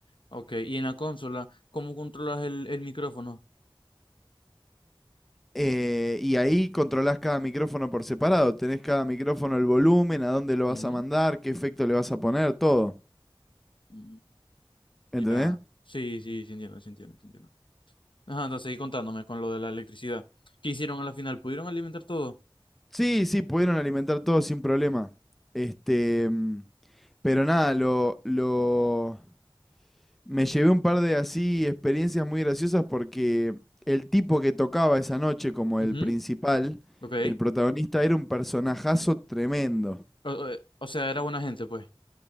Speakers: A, on the left; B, in the centre.
A: Ok. Y en la consola, ¿cómo controlas el, el micrófono?
B: eh, y ahí controlás cada micrófono por separado. Tenés cada micrófono el volumen, a dónde lo
A: Mm,
B: vas a mandar, qué efecto le vas a poner, todo.
A: mm,
B: ¿Entendés?
A: Ya. Sí, sí, sí entiendo, sí entiendo, sí entiendo. Ajá, entonces seguí contándome con lo de la electricidad. ¿Qué hicieron a la final? ¿Pudieron alimentar todo?
B: Sí, sí, pudieron alimentar todo sin problema. Este, mm, pero nada, lo, lo, me llevé un par de así experiencias muy graciosas porque el tipo que tocaba esa noche como
A: Ujú,
B: el principal,
A: Ok.
B: el protagonista, era un personajazo tremendo.
A: O, o- eh, o sea, era buena gente, pues.